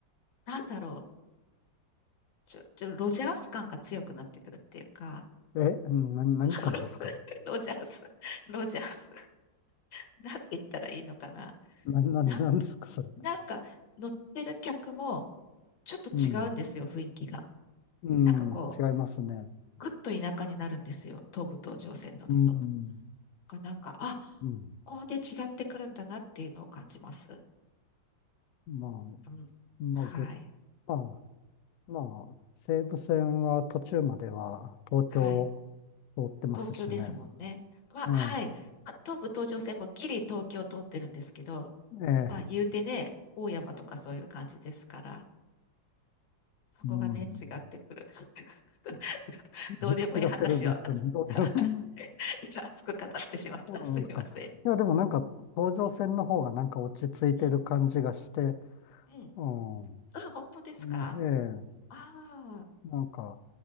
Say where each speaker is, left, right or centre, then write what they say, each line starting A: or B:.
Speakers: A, on the left (about 85°); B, on the left (about 70°).
A: なんだろう、ちょ、ちょ、ロジャース感が強くなってくるっていうか、
B: え、うん、な、何館ですか
A: <laughs> ロジャース、ロジャース。なんて言ったらいいのかな。
B: な、な、
A: な、
B: なんですか、それ。
A: なんか乗ってる客もちょっと違うんですよ、
B: うん、
A: 雰囲気が。
B: うん、
A: なんかこう、
B: 違いますね。
A: ぐっと田舎になるんですよ、東武東上線乗ると。
B: うん、
A: あなんか、あ、
B: うん。
A: ここで違ってくるんだなっていうのを感じます。
B: まあ、
A: うん。
B: まあ、
A: はい。
B: ぐ、まあ、まあ、西武線は途中までは東京
A: はい。
B: 通ってますしね。
A: 東京ですもんね。まあ、
B: ね
A: はい。まあ、東武東上線もギリ東京通ってるんですけど、
B: え、ええ、
A: まあ、言うてね、大山とかそういう感じですから、そこがね、
B: うん。
A: 違ってくる。<laughs>
B: <laughs>
A: どうでもいい話を。
B: 違ってるんですかね。どうでも。<laughs>
A: <laughs> 一応熱く語ってしまった。
B: そうなんですか。
A: すいません。
B: いや、でもなんか、東上線の方がなんか落ち着いてる感じがして、
A: うん、うん、うん。
B: うん。
A: あ、本当ですか
B: もう、え
A: ああ
B: え、なんか、